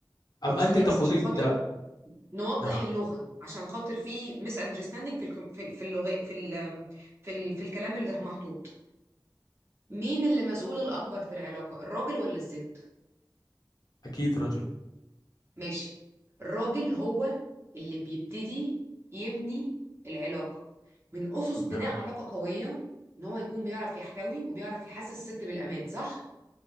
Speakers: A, on the right; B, on the left.
A: طب
B: أم
A: ثانيه
B: أنت تقولين
A: بس عشان خاطر
B: لا
A: نوضح
B: نعم
A: اللغه عشان خاطر في ميس اندرستاندينج في الكم... في في اللغه في ال... في ال... في الكلام اللي محطوط مين اللي مسؤول الاكبر في العلاقه الراجل ولا الست
B: أكيد رجل
A: ماشي الراجل هو اللي بيبتدي يبني العلاقة من أسس بناء
B: نعم
A: علاقة قوية إن هو يكون بيعرف يحتوي وبيعرف يحسس الست بالأمان صح؟